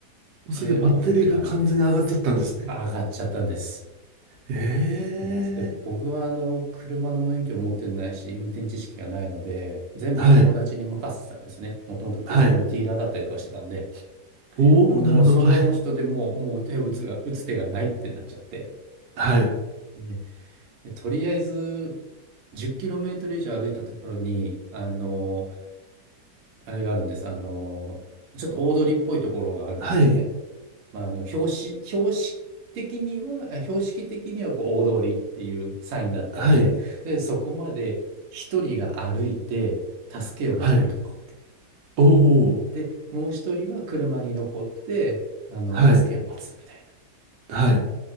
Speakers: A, on the right; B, on the right.
A: それでバッテリーが完全に上がっちゃったんですね。
B: で、オフってたんで、上がっちゃったんです。
A: ええ
B: なんです。で、僕はあの、車の免許を持ってないし、運転知識がないので、全部友達に任せてたんですね。
A: はい、
B: もともと車のディーラーだったりとかしてたんで。
A: はい。おお、
B: でももうその人でもう、
A: なるほど。はい、
B: もう手を打つが、打つ手がないってなっちゃって。
A: はい、
B: で、でとりあえず、10キロメートル以上歩いたところに、あの、あれがあるんです。あの、ちょっと大通りっぽいところがあるんですね。
A: はい、
B: まあ、あの、標識、標識的には、あ標識的にはこう大通りっていうサインだったんで、
A: はい、
B: で、そこまで一人が歩いて助けを求めに行こうって。
A: はい。おお、
B: で、もう一人は車に残って、あの、
A: はい、
B: 助けを待つみたいな。
A: はい。